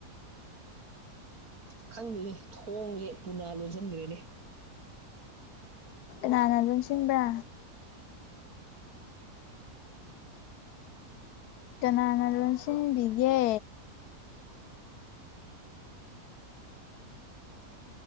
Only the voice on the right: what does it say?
ꯈꯪꯗꯦꯅꯤ ꯊꯣꯡꯁꯦ ꯄꯨꯅꯥ ꯂꯣꯟꯁꯤꯟꯈ꯭ꯔꯦꯅꯦ